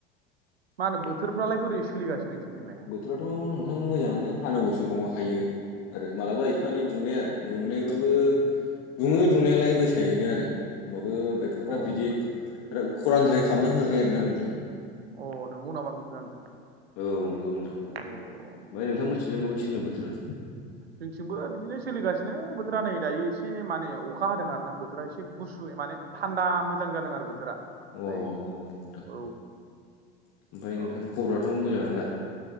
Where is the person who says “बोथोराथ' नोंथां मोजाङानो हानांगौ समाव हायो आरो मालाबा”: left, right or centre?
Left